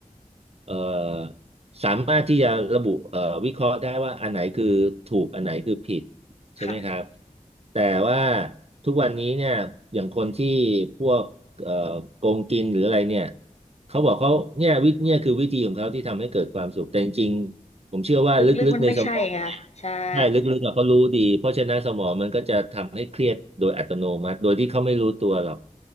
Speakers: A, on the right; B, on the left.
A: เอ่อสามารถที่จะระบุเอ่อวิเคราะห์ได้ว่าอันไหนคือถูกอันไหนคือผิดใช่ไหมครับ
B: ค่ะ
A: แต่ว่าทุกวันนี้เนี่ยอย่างคนที่พวกเอ่อโกงกินหรืออะไรเนี่ยเขาบอกเขาเนี่ยวิเนี่ยคือวิธีของเขาที่ทำให้เกิดความสุขแต่จริงๆ ผมเชื่อว่าลึกๆในสมองเนี่ย
B: ลึกๆมันไม่ใช่ไงคะใช่
A: ใช่ลึกๆอะเขารู้ดีเพราะฉะนั้นสมองมันก็จะทำให้เครียดโดยอัตโนมัติโดยที่เขาไม่รู้ตัวหรอก